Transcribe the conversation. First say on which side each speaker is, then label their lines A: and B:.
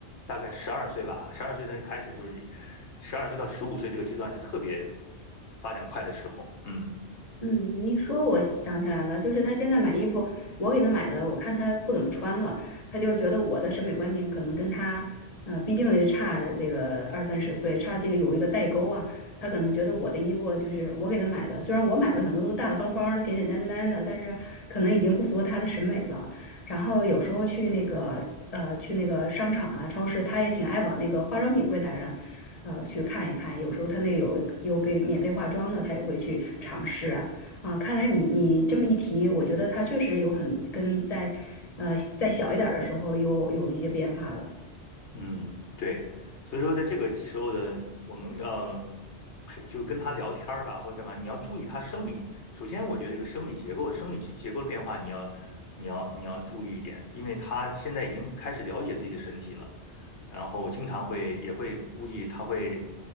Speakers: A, on the left (about 80°); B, on the left (about 35°).
A: 大概十二岁吧，十二岁他开始就是十二岁到十五岁这个阶段是特别发展快的时候，嗯。
B: 嗯，你说我想起来了，就是他现在买衣服，我给他买的，我看他不怎么穿了，他就觉得我的审美观点可能跟他，呃，毕竟也差这个二三十岁，差这个有一个代沟啊，他可能觉得我的衣服就是我给他买的，虽然我买的可能都大大方方的、简简单单的，但是可能已经不符合他的审美了。然后有时候去那个呃去那个商场啊、超市，他也挺爱往那个化妆品柜台上。呃，去看一看，有时候他那有有给免费化妆的，他也会去尝试啊。啊，看来你你这么一提，我觉得他确实有很跟在呃再小一点儿的时候有有一些变化了。
A: 嗯，对，所以说在这个时候的我们要陪，就跟他聊天儿吧，或者干嘛，你要注意他生理。首先，我觉得这个生理结构、生理结结构的变化，你要、你要、你要注意一点，因为他现在已经开始了解自己的身体了，然后经常会也会估计他会